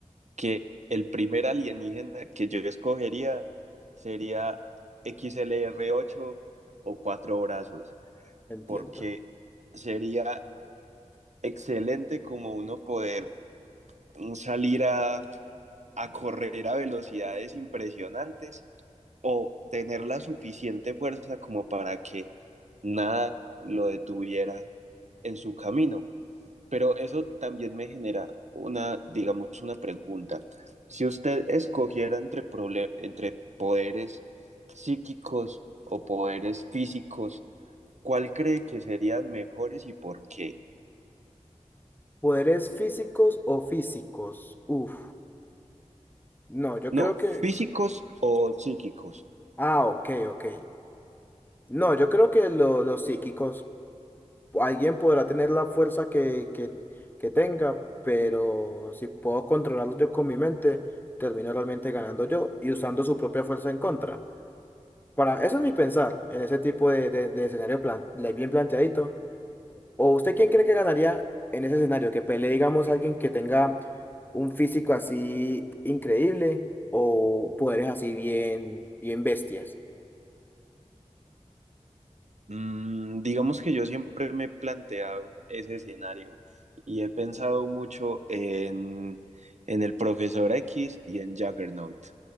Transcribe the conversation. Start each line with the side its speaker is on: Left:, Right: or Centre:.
Right: que el primer alienígena que yo escogería sería XLR8 o cuatro brazos,
Left: Entiendo.
Right: porque sería excelente como uno poder salir a, a correr a velocidades impresionantes o tener la suficiente fuerza como para que nada lo detuviera en su camino. Pero eso también me genera una, digamos, una pregunta. Si usted escogiera entre, problem- entre poderes psíquicos o poderes físicos, ¿cuál cree que serían mejores y por qué?
Left: ¿Poderes físicos o físicos? Uf. No, yo
Right: No,
Left: creo que...
Right: físicos o psíquicos.
Left: Ah, ok, ok. No, yo creo que lo- los psíquicos, alguien podrá tener la fuerza que, que, que tenga, pero si puedo controlarlo yo con mi mente, termino realmente ganando yo y usando su propia fuerza en contra. Para, eso es mi pensar en ese tipo de, de- de escenario plan, le- bien planteadito. ¿O usted quién cree que ganaría en ese escenario? ¿Que pelee, digamos, alguien que tenga un físico así increíble o poderes así bien, bien bestias?
Right: Mm, digamos que yo siempre me he planteado ese escenario y he pensado mucho en, en el profesor X y en Juggernaut.